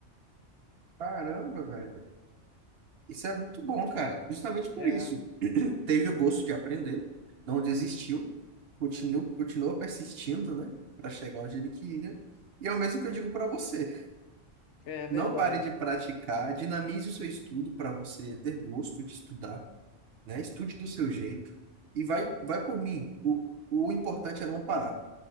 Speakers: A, on the right; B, on the left.
A: Caramba, velho. Isso é muito bom, cara. Justamente por
B: É,
A: isso. <clears throat> Teve o gosto de aprender, não desistiu, continuou, continuou persistindo, né? Para chegar onde ele queria. E é o mesmo que eu digo para você.
B: é verdade.
A: Não pare de praticar, dinamize o seu estudo para você ter gosto de estudar, né? Estude do seu jeito. E vai, vai por mim. O, o importante é não parar.